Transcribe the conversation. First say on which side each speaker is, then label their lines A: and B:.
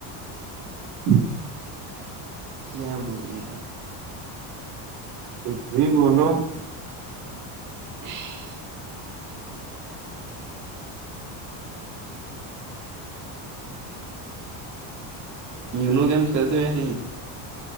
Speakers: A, on the right (about 75°); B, on the right (about 35°).
A: <inaudible>
B: کیا بولے
A: کچھ بھی بولو
B: ج <unintelligible> نیونو گیم کھیلتے ہوئے نہیں